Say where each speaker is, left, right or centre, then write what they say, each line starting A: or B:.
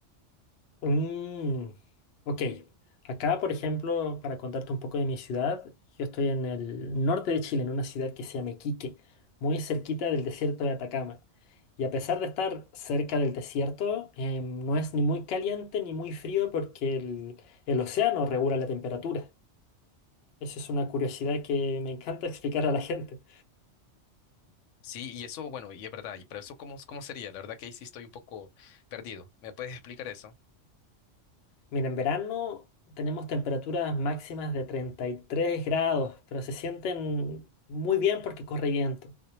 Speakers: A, on the left; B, on the left.
A: Mm, ok, acá, por ejemplo, para contarte un poco de mi ciudad, yo estoy en el norte de Chile, en una ciudad que se llama Iquique, muy cerquita del desierto de Atacama. Y a pesar de estar cerca del desierto, em, no es ni muy caliente ni muy frío porque el el océano regula la temperatura. Esa es una curiosidad que me encanta explicar a la gente.
B: Sí, y eso, bueno, y es verdad, y pero eso cómo, cómo sería, la verdad que ahí sí estoy un poco perdido. ¿Me puedes explicar eso?
A: Mira, en verano tenemos temperaturas máximas de 33 grados, pero se sienten muy bien porque corre viento.